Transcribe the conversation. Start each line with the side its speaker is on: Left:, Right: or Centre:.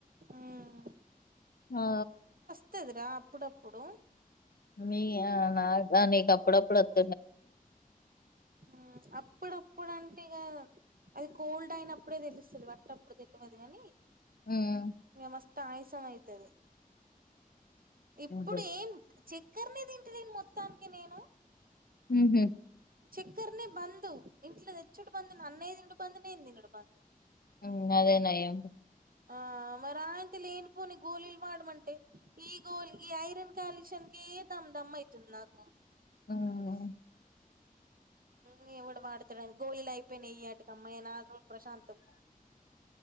Right: ఉమ్
Left: ఆ
Right: వత్తాది రా అప్పుడుప్పుడు
Left: మీ అ నాకు ఆ నీకు అప్పుడప్పుడు వత్
Right: ఉ అప్పుడు అప్పుడు అం టే ఇగ అది కోల్డ్ అయినప్పుడే తెలుస్తది వట్టి అప్పుడు తెలువదు కాని
Left: హ్మ్.
Right: ఇగ మస్తు ఆయసం అయితది ఇప్పుడు
Left: హుహు.
Right: ఏం చక్కర్నే తింటలేను మొత్తానికి నేను
Left: ఉహు
Right: చక్కర్నే బంద్ ఇంట్లో తెచ్చుడు బంద్ అన్నయ్య తినుడు బంద్ నేను తినుడు బంద్
Left: ఉన్నదే నయం
Right: ఆ మరి అంత లేని పోని గోలీల్ వాడమంటే ఈ గోలి ఈ ఐరన్ కాలష్ నికి కే దమ్ దమ్ అయితుంది నాకు
Left: హ్మ్.
Right: ఉ ఎవ్వడు వాడుతాడు అని గోళీలు అయిపోయినాయి ఇయాటికి అమ్మయ్య నాలు రోలు తప్